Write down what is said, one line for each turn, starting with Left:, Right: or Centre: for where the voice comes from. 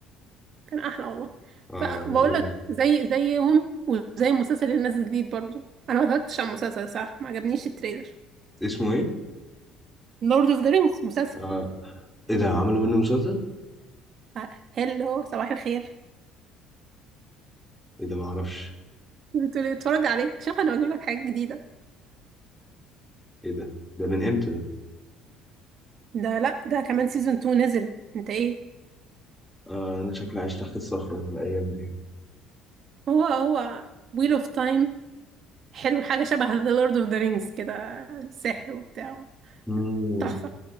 Right: كان احلى والله
Centre: اه
Right: فبقول
Centre: كان جامد
Right: لك
Centre: أوي.
Right: زي زيهم وزي المسلسل اللي نازل جديد برضه انا ما اتفرجتش على المسلسل صح ما عجبنيش التريلر
Centre: اسمه ايه؟
Right: لورد اوف ذا رينجز مسلسل
Centre: آه ايه ده عملوا منه مسلسل؟
Right: آه، هلو صباح الخير
Centre: ايه ده معرفش
Right: بتقولي اتفرج عليه شوف انا بجيب لك حاجات جديده
Centre: ايه ده؟ ده من امتى ده؟
Right: ده لا ده كمان سيزون 2 نزل انت ايه
Centre: آه انا شكلي عايش تحت الصخرة في الايام دي
Right: هو هو ويل اوف تايم حلو حاجه شبه ذا لورد اوف ذا رينجز كده سحر وبتاع
Centre: مم.
Right: تحفه